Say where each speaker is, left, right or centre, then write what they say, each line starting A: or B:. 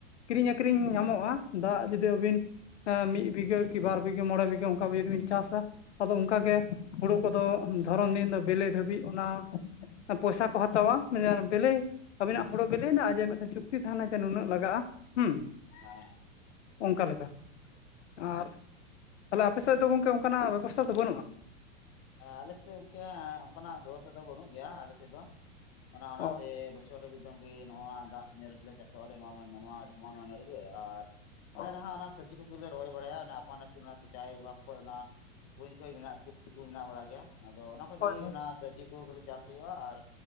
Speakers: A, on the left (about 75°); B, on the left (about 45°).
A: ᱠᱤᱨᱤᱧ ᱟᱹᱠᱷᱨᱤᱧ ᱧᱟᱢᱚᱜᱼᱟ ᱾ ᱫᱟᱜ ᱡᱩᱫᱤ ᱟᱹᱵᱤᱱ ᱢᱤᱫ ᱵᱤᱜᱷᱟᱹ ᱠᱤ ᱵᱟᱨ ᱵᱤᱜᱦᱟᱹ ᱢᱚᱬᱮ ᱵᱜᱷᱟᱹ ᱚᱱᱠᱟ ᱡᱩᱫᱤ ᱵᱤᱱ ᱪᱟᱥᱟ, ᱟᱫᱚ ᱚᱱᱠᱟᱜᱮ ᱦᱩᱲᱩ ᱠᱚᱫᱚ ᱫᱷᱚᱨᱚᱱ ᱫᱤᱱ ᱫᱚ ᱵᱤᱞᱤ ᱫᱷᱟᱹᱵᱤᱡ ᱚᱱᱟ, ᱯᱚᱭᱥᱟ ᱠᱚ ᱦᱟᱛᱟᱣᱟ ᱢᱟᱱᱮ ᱵᱮᱞᱮ ᱟᱵᱤᱱᱟᱜ ᱦᱳᱲᱳ ᱵᱤᱞᱤᱭᱮᱱᱟ ᱡᱮ ᱢᱤᱫᱴᱮᱱ ᱪᱩᱠᱛᱤ ᱛᱟᱦᱮᱱᱟ ᱡᱮ ᱱᱩᱱᱟᱹᱜ ᱞᱟᱜᱟᱜᱼᱟ ᱦᱩᱸ ᱾
B: ᱦᱮᱸ,
A: ᱚᱱᱠᱟ ᱞᱮᱠᱟ ᱾
B: ᱦᱮᱸ
A: ᱟᱨ ᱛᱟᱦᱚᱞᱮ ᱟᱯᱮ ᱥᱮᱫ ᱫᱚ ᱜᱚᱝᱠᱮ ᱚᱱᱠᱟᱱᱟᱜ ᱵᱮᱵᱚᱥᱛᱷᱟ ᱫᱚ ᱵᱟᱹᱱᱩᱜᱼᱟ?
B: ᱟᱞᱮᱥᱮᱫ ᱫᱚ ᱚᱱᱛᱮ ᱦᱟᱸᱜ ᱚᱱᱠᱟᱱᱟᱜ ᱵᱮᱵᱚᱥᱛᱷᱟ ᱫᱚ ᱵᱟᱹᱱᱩᱜ ᱜᱮᱭᱟ ᱟᱞᱮᱥᱮᱫ ᱫᱚ ᱾ ᱚᱱᱟ ᱚᱱᱟᱛᱮ
A: ᱚ
B: ᱵᱚᱪᱷᱚᱨ ᱨᱮ ᱮᱠᱫᱚᱢ ᱜᱮ ᱱᱚᱣᱟ ᱫᱟᱥ ᱧᱮᱞ ᱨᱮᱜᱮᱞᱮ ᱪᱟᱥᱚᱜᱼᱟᱞᱮ ᱱᱚᱣᱟ ᱢᱟᱹᱦᱱᱟᱹ ᱨᱮᱜᱮ ᱟᱨ ᱚᱱᱮ
A: ᱚ
B: ᱱᱟᱦᱟᱜ ᱚᱱᱟ, ᱥᱚᱵᱡᱤ ᱠᱚᱜᱮᱞᱮ ᱨᱚᱦᱚᱭ ᱵᱟᱲᱟᱭᱟ, ᱚᱱᱟ ᱟᱯᱟᱱᱟᱹᱯᱤᱱ ᱚᱱᱟ ᱥᱤᱪᱟᱭ ᱵᱤᱵᱦᱟᱜ ᱠᱷᱚᱡ ᱚᱱᱟ ᱠᱩᱧ ᱠᱷᱚᱡ ᱢᱮᱱᱟᱜ ᱠᱚ, ᱠᱩ ᱢᱮᱱᱟᱜ ᱵᱟᱲᱟ ᱜᱮᱭᱟ ᱟᱫᱚ ᱚᱱᱟ ᱠᱷᱚᱡ
A: ᱦᱳᱭ
B: ᱜᱮ
A: ᱦᱳᱭ
B: ᱚᱱᱟ, ᱥᱚᱵᱽᱡᱤ ᱠᱚᱜᱮ ᱠᱷᱟᱞᱤ ᱪᱟᱥ ᱦᱩᱭᱩᱜᱼᱟ, ᱟᱨ